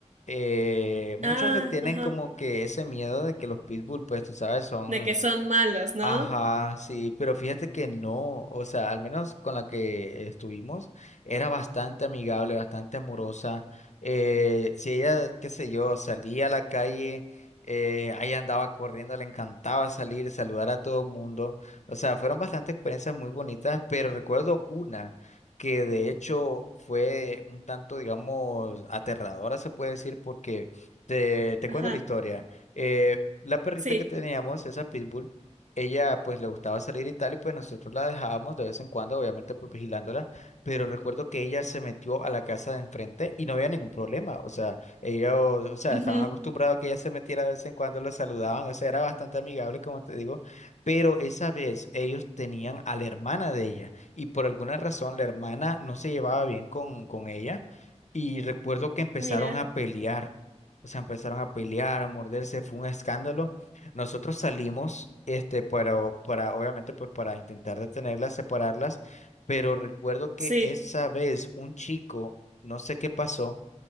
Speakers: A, on the left (about 75°); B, on the right (about 85°).
A: eh, muchos
B: Ah,
A: le tienen
B: ajá,
A: como que ese miedo de que los pitbull, pues tú sabes, son
B: de que son malos, ¿no?
A: Ajá, sí, pero fíjate que no, o sea, al menos con la que estuvimos, era bastante amigable, bastante amorosa. Eh, si ella, qué sé yo, salía a la calle, eh, ahí andaba corriendo, le encantaba salir, saludar a todo el mundo. O sea, fueron bastantes experiencias muy bonitas, pero recuerdo una que de hecho fue un tanto, digamos, aterradora, se puede decir, porque te, te
B: Ajá,
A: cuento la historia. Eh, La perrita
B: sí.
A: que teníamos, esa pitbull, ella pues le gustaba salir y tal, y pues nosotros la dejábamos de vez en cuando, obviamente pues vigilándola, pero recuerdo que ella se metió a la casa de enfrente y no había ningún problema, o sea, ella, o, o sea,
B: Ujú.
A: estaban acostumbrados a que ella se metiera de vez en cuando, la saludaban, o sea, era bastante amigable, como te digo, pero esa vez ellos tenían a la hermana de ella y por alguna razón la hermana no se llevaba bien con, con ella y recuerdo que empezaron
B: Mira,
A: a pelear. O sea, empezaron a pelear, a morderse, fue un escándalo. Nosotros salimos, este, para, para, obviamente, pues para intentar detenerlas, separarlas, pero recuerdo que
B: sí.
A: esa vez un chico, no sé qué pasó,